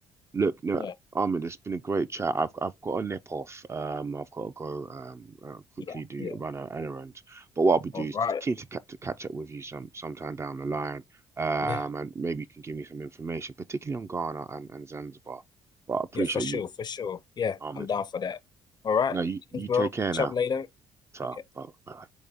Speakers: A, on the right (about 25°); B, on the left (about 40°).
A: Look, no,
B: Yeah,
A: Ahmed, it's been a great chat. I've I've got a nip off. Um, I've got to go um uh, quickly
B: yeah,
A: do
B: yeah.
A: run an errand. But what I'll be doing
B: All
A: is
B: right.
A: keen to catch to catch up with you some sometime down the line. Um,
B: Yeah,
A: and maybe you can give me some information, particularly on Ghana and, and Zanzibar. But I appreciate
B: yeah, for sure,
A: you,
B: for sure. Yeah,
A: Ahmed.
B: I'm down for that. All right.
A: No, you,
B: Thanks,
A: you
B: bro.
A: take care
B: Catch
A: now.
B: up later.
A: So,
B: Okay.
A: bye. bye.